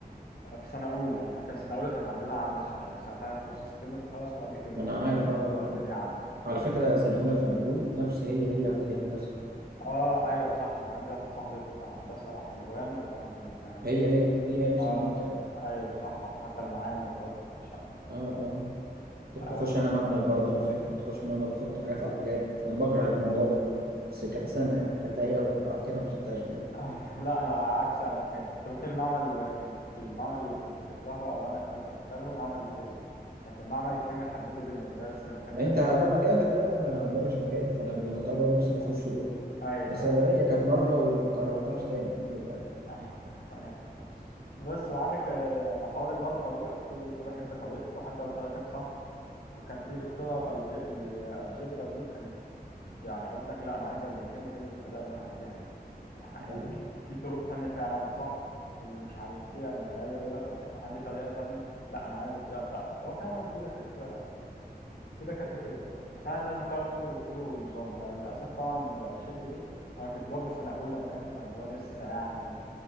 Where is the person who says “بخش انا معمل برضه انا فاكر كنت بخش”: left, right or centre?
Right